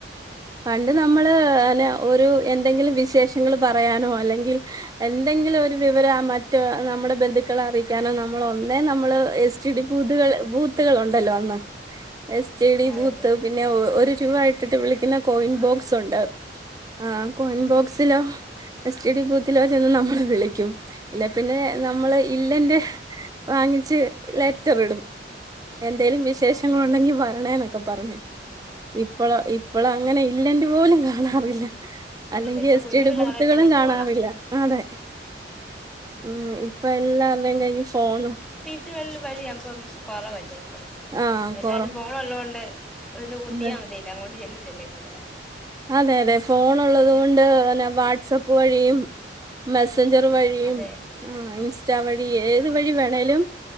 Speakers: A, on the right (about 20°); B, in the centre.
A: പണ്ട്
B: ആഹ്
A: നമ്മള് അന്നെ ഒരു എന്തെങ്കിലും വിശേഷങ്ങള് പ റയാനോ അല്ലെങ്കിൽ എന്തെങ്കിലും ഒരു വിവരം ആ മറ്റ് റ്റെ നമ്മ്ടെ ബന്ധുക്കളെ അറിയിക്കാനോ നമ്മള് ഒന്നേ നമ്മള് എസ്. ടി. ഡി ബൂത്ത്കള് ബൂത്തുകളൊണ്ടല്ലോ അന്ന് എസ്. ടി. ഡി
B: അതെ
A: ബൂത്ത്
B: അതെ
A: ഒരു രൂപ ഇട്ടിട്ട് വിളിക്കുന്ന കോയിൻ ബോക്സ് ഒണ്ട് ആ കോയിൻ ബോക്സിലോ എസ് ടി ഡി ബൂത്തിലോ ചെന്ന് നമ്മള് വിളി ക്കും ഇല്ല പിന്നെ നമ്മള് ഇല്ലന്റെ വാങ്ങിച്ച് ലെറ്റർ ഇടും. എന്തേലും വിശേഷങ്ങളൊണ്ടെങ്കിൽ
B: അതെ അതെ
A: വരണേ എന്നൊക്കെ പറഞ്ഞ് ഇപ്പളൊ ഇ ഇപ്പെളൊ അങ്ങനെ
B: അതെ
A: ഇല്ലന്റെ പോലും കാണ അതറിയില്ല അല്ലെങ്കിൽ
B: ഇല്ല ഇപ്പൊ
A: എസ്
B: കുഞ്ഞു
A: ടി ഡി
B: പിള്ളേരെ
A: ബൂത്തുകളും
B: തന്നെ
A: കാണാറില്ല
B: ഫോണാ
A: അതെ ഉ ഇപ്പ എല്ലാരുടെയും കൈയിൽ ഫോൺ ഒ
B: വിൽ വഴിയാകുമ്പം കുറവല്ലേ അ ഇപ്പം
A: ആഹ്
B: എല്ലാരും
A: കൊറവ്
B: ഫോൺ ഒള്ളോകൊണ്ട് ഒന്ന് കുത്തിയാൽ
A: അതെ
B: മതിയല്ലോ അങ്ങോട്ട് ചെല്ലും <unintelligible>
A: അതെ അതെ ഫോൺ ഒള്ളത് കൊണ്ട് വാട്സപ്പ് വഴിയും മെസഞ്ചർ വഴി
B: അതെ
A: യും ആ ഇൻസ്റ്റാ വഴി ഏത് വഴി വേണേലും